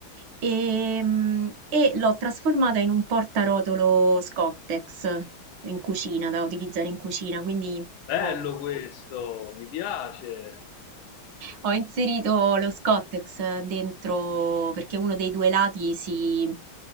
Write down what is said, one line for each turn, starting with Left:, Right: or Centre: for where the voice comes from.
Right: E, mm, e l'ho trasformata in un portarotolo Scottex in cucina, da utilizzare in cucina, quindi
Left: Bello
Right: ho
Left: questo, mi piace,
Right: ho inserito lo Scottex dentro perché uno dei due lati si,